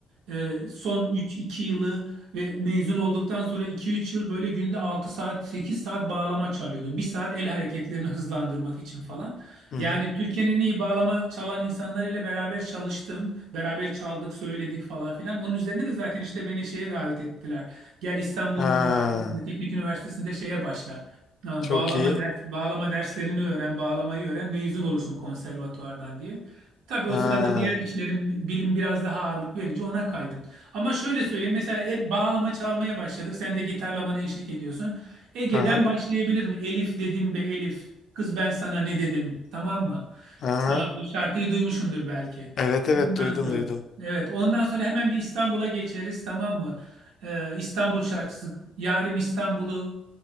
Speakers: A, on the right; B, on the left.
A: e, son 3-2 yılı ve mezun olduktan sonra iki üç yıl böyle günde altı saat 8 saat bağlama çalıyordum. Bir saat el hareketlerini hızlandırmak için falan.
B: Hı hı.
A: Yani Türkiye'nin en iyi bağlama çalan insanlarıyla beraber çalıştım. Beraber çaldık, söyledik falan filan. Onun üzerine de zaten işte beni şeye davet ettiler. Gel İstanbul
B: Ha,
A: Üniversitesi'nde, Teknik Üniversitesi'nde şeye başla. Ha,
B: çok
A: Bağlama
B: iyi.
A: ders, bağlama derslerini öğren, bağlamayı öğren, mezun olursun konservatuvardan diye. Tabii
B: Ha.
A: o sırada diğer işlerin bilim biraz daha ağırlık verici ona kaydım. Ama şöyle söyleyeyim mesela hep bağlama çalmaya başladık. Sen de gitarla bana eşlik ediyorsun. Ege'den
B: Aha.
A: başlayabilir mi? Elif dedim be Elif. Kız ben sana ne dedim? Tamam mı?
B: Aha.
A: Ee, Bu şarkıyı duymuşsundur belki.
B: Evet evet
A: Ondan
B: duydum
A: sonra
B: duydum.
A: evet ondan sonra hemen bir İstanbul'a geçeriz tamam mı? Ee, İstanbul şarkısı Yarim İstanbul'u